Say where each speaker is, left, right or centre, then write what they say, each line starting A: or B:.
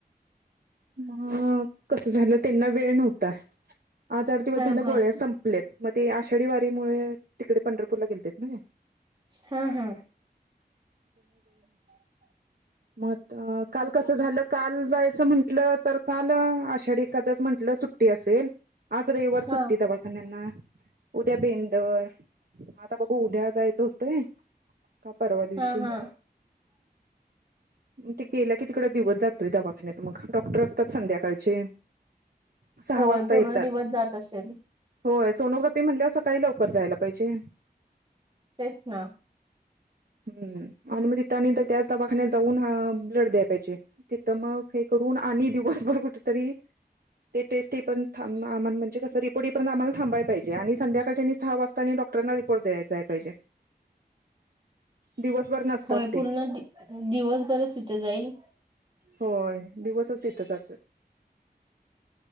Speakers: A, on the right; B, on the right.
A: अ कस झालं त्यांना वेळ नव्हता, आज आठ दिवस
B: हा
A: झाल
B: हा
A: गोळ्या संप लेत मग ते आषाढी वारीमुळे तिकडे पंढरपूरला गेलते नाय.
B: हा हा.
A: म काल कस असं झालं काल जायचं म्हंटलं तर काल आषाढी एखादस म्हटलं सुट्टी असेल. आज रविवार सुट्टी
B: हा
A: दवाखान्यांना. उद्या बेंदर मग आता बघू उद्या जायचं होतंय. का परवा दिवशी.
B: हा हा
A: ते गेल की तिकडं दिवस जातोय दवाखान्यात मग डॉक्टर असत्यात संध्याकाळचे. सहा
B: होय
A: वाजता
B: पूर्ण
A: येतात
B: दिवस जात असेल.
A: होय सोनोग्राफी म्हणल्यावर सकाळी लवकर जायला पाहिजे.
B: तेच ना
A: हम्म आणि मग तिथं आणि त्याच दवाखान्यात जाऊन ब्लड द्याय पाहिजे. तिथं मग हे करून आणि दिवसभर कुठेतरी ते टेस्ट येई पर्यंत थांबा म्हणजे कसं रिपोर्ट येई पर्यंत आम्हाला थांबायला पाहिेजे आणि संध्याकाळी आणि सहा वाजता आणि डॉ डॉक्टरांना रिपोर्ट द्याय जाय पाहिजे, दिवसभर नसतात.
B: होय पूर्ण
A: ते
B: दि दिवसभरच तिथे जाईल‌.
A: होय दिवसच तिथं जातो.